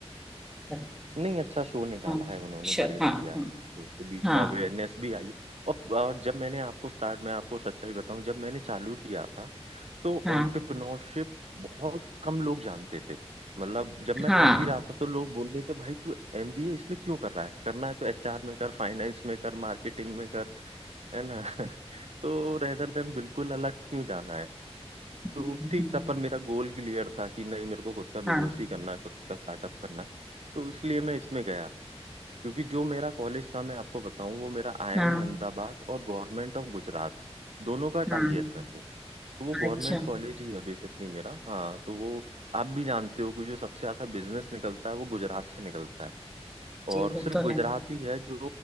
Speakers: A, in the centre; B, on the right.
A: वो
B: नहीं अच्छा शो निकाला
A: हाँ
B: है उन्होंने
A: चल
B: बढ़िया
A: हाँ
B: किया है लोगों के बीच
A: हाँ
B: में अवेयरनेस भी आई और, और जब मैंने आपको स्टार्ट मैं आपको सच्चाई बताऊं जब मैंने चालू किया था तो
A: हाँ
B: एंटरप्रेन्योरशिप बहुत कम लोग जानते थे मतलब जब मैं
A: हाँ
B: कर भी
A: हाँ
B: रहा था तो लोग बोल रहे थे भाई तू एमबीए इसमें क्यों कर रहा है करना है तो एचआर में कर फाइनेंस में कर मार्केटिंग में कर है ना <laughs> तो रेदर देन बिल्कुल अलग क्यों जाना है
A: हम्म,
B: तो ठीक था पर मेरा गोल क्लियर था कि नहीं मेरे को खुद का
A: हाँ
B: बिजनेस
A: हाँ
B: ही करना है खुद का स्टार्टअप करना है तो इसलिए मैं इसमें गया क्योंकि जो मेरा कॉलेज था मैं आपको बताऊं वो मेरा आईआईएम
A: हाँ
B: अहमदाबाद और गवर्नमेंट ऑफ गुजरात दोनों का
A: हाँ,
B: टाई अप है वो तो वो गवर्नमेंट
A: अच्छा
B: कॉलेज ही है बेसिकली मेरा हाँ तो वो आप भी जानते हो कि जो सबसे ज्यादा बिजनेस निकलता है वो गुजरात से निकलता है और
A: जी वो
B: सिर्फ
A: तो
B: गुजरात
A: है
B: ही है जो